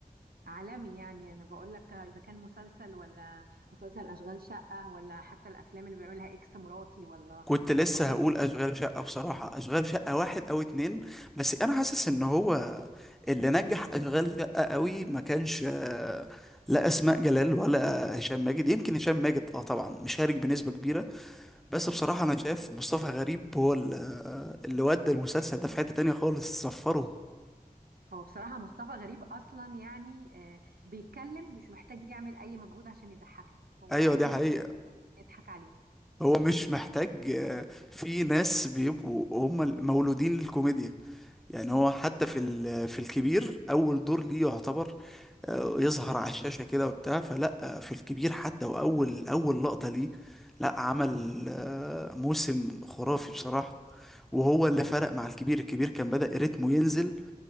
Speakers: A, on the right (about 80°); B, in the centre.
A: عالمي يعني أنا بقولك إذا كان مسلسل ولا مسلسل أشغال شقة ولا حتى الأفلام اللي بيعملها إكس مراتي ولا
B: كنت لسه
A: فاصل
B: هقول
A: من اللحظات
B: اشغال شقه
A: اللذيذة.
B: بصراحه اشغال شقه واحد او اتنين بس انا حاسس ان هو اللي نجح اشغال شقه قوي ما كانش آه، لا اسماء جلال ولا هشام ماجد يمكن هشام ماجد اه طبعا مشارك بنسبه كبيره بس بصراحه انا شايف مصطفى غريب هو ال- آه، اللي ودى المسلسل ده في حته تانية خالص صفره
A: هو بصراحة مصطفى غريب أصلا يعني آه، بيتكلم مش محتاج يعمل أي مجهود عشان يضحكنا هو
B: ايوه
A: أي
B: دي حقيقه
A: كلام بيقوله بنضحك عليه
B: هو مش محتاج آه، في ناس بيبقوا هم مولودين للكوميديا يعني هو حتى في ال- في الكبير اول دور ليه يعتبر آه، يظهر على الشاشة كده وبتاع فلا آه، في الكبير حتى وأول أول لقطة ليه لا عمل آه، موسم خرافي بصراحة وهو اللي <laughs> فرق مع الكبير الكبير كان بدأ رتمه ينزل